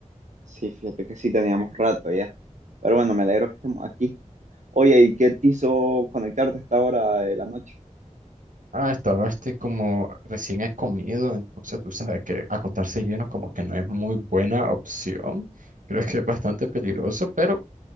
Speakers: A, on the right (about 65°); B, on the right (about 85°).
A: Sí, fíjate que sí teníamos rato ya. Pero bueno, me alegro que estemos aquí. Oye, ¿y qué te hizo conectarte a esta hora de la noche?
B: Ah, estabas este como recién he comido, entonces tú sabes que acostarse lleno como que no es muy buena opción. Creo que es bastante peligroso, pero